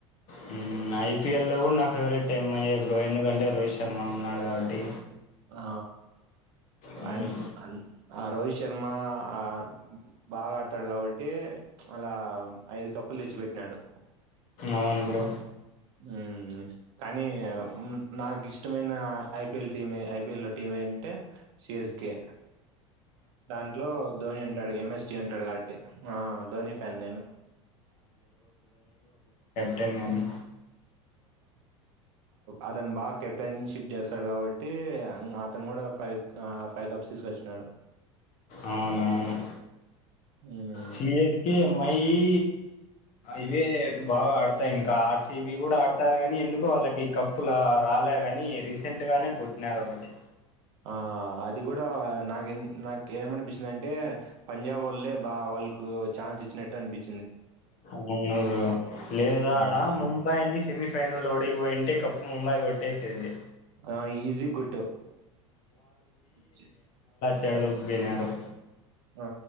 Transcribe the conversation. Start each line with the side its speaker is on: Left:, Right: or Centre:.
Left: హ్మ్ ఐపిఎల్ లో కూడా నా ఫేవరెట్ యమ్ ఐ బ్రో ఎందుకంటే రోహిత్ శర్మ ఉన్నాడు కాబట్టి
Right: ఆ...
Left: హ్మ్
Right: ఆయాన్.. అన్.. ఆ...... రోహిత్ శర్మ అన్ బాగాడతాడు కాబట్టి ప్చ్.... అలా ఐదు కప్పులు తెచ్చి పెట్టినాడు
Left: అవును బ్రో
Right: హ్మ్ కానీ హ్మ్ నాకి ఇస్ ఇష్టమైన ఐపీఎల్ టీమ్ ఏ ఐపీఎల్ లో టైమేన్ టే సిఎస్కే దాంట్లో ధోని ఉంటాడు ఎమ్ ఎస్ డి ఉంటాడు కాబట్టి ఆ ధోని ఫ్యాన్ నేను
Left: టెన్ గాని
Right: అతను బాగ్ కెప్టెన్ షిప్ చేస్తాడు కాబట్టి అంగ్ అతను కూడా ఫైవ్ ఆ ఫైవ్ కప్స్ తీసుకొచ్చినాడు
Left: అవునువును
Right: మాకు. హ్మ్.
Left: సిఎస్ కె ఏమ్ ఐ ఇ ఇవే బాగాడతాయ్ ఇంకా ఆర్ సి బి కూడా ఆడతయ్ కానీ ఎందుకో వాళ్ళకి కప్పు రాలే గాని రీసెంట్ గానే కొట్టినరు ఒకటి
Right: ఆ అది కూడా నాకూ ఎం నాకెమనిపిస్తుందంటే పంజాబ్ వాళ్ళే బా వాళ్ల్ కు ఛాన్స్ ఇచ్చినట్టు అనిపిచ్
Left: అవును బ్రో లేదా
Right: హ్మ్.
Left: ఆడా ముంబైని సేమిస్ ఫైనల్ ఓడి పోయింటె కప్పు ముంబై కొట్టేసేది
Right: ఆ ఈజీ గోట్టా. చ్..
Left: చేడాదొబ్బినారు
Right: ఆ